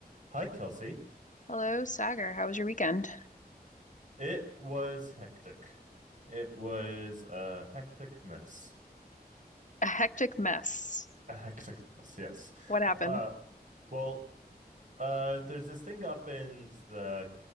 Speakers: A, on the right (about 50°); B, on the left (about 50°).
A: Hi, Kelsey.
B: Hello, Sagar. How was your weekend?
A: It was hectic. It was a hectic mess.
B: A hectic mess.
A: A hectic mess, yes.
B: What happened?
A: Uh, well, uh, there's this thing up in the